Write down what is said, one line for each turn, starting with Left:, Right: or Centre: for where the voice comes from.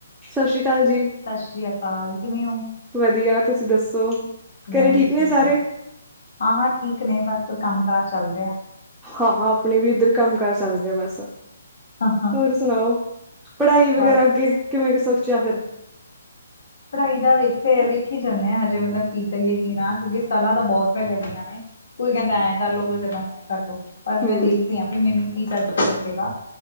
Centre: ਸਤਿ ਸ੍ਰੀ ਅਕਾਲ ਜੀ
Left: ਸਤਿ ਸ੍ਰੀ ਅਕਾਲ ਕਿਵੇਂ ਹੋ?
Centre: ਵਧੀਆ ਤੁਸੀਂ ਦੱਸੋ।
Left: ਮੈਂ
Centre: ਘਰੇ
Left: ਵੀ ਠੀਕ
Centre: ਨੇ ਸਾਰੇ
Left: ਹਾਂ ਹਾਂ ਹਾਂ ਠੀਕ ਨੇ ਬਸ ਕੰਮ ਕਾਰਜ ਚੱਲ ਰਿਹਾ।
Centre: ਹਾਂ ਆਪਣੇ ਵੀ ਇੱਧਰ ਕੰਮ ਕਾਰ ਚੱਲ ਰਿਹਾ ਬਸ ਹੋਰ
Left: ਹਾਂ ਹਾਂ
Centre: ਸੁਣਾਓ? ਪੜ੍ਹਾਈ ਵਗੈਰਾ
Left: ਬਸ
Centre: ਅੱਗੇ ਕਿਵੇਂ ਕਿ ਸੋਚਿਆ ਫਿਰ?
Left: ਪੜ੍ਹਾਈ ਦਾ ਵੇਖ ਵੇਖੀ ਜਾਂਦੇ ਹਾਂ ਹਜੇ ਮਤਲਬ ਕੀ ਕਰੀਏ ਕੀ ਨਾ ਕਰੀਏ ਸਾਲਹਾਂ ਤਾਂ ਬਹੁਤ ਪਹਿਲੇ ਲਈਈਆਂ ਨੇ। ਕੋਈ ਕਹਿੰਦਾ ਐਂ ਕਰਲ ਲੋ ਕੋਈ ਕਹਿੰਦਾ ਉਵੇਂ ਕਰ ਲਓ। ਪਰ
Centre: ਹਮ
Left: ਮੈਂ ਦੇਖਦੀ ਹਾਂ ਵੀ ਮੈਨੂੰ ਕੀ ਚੱਜ ਦਾ ਲੱਗੇਗਾ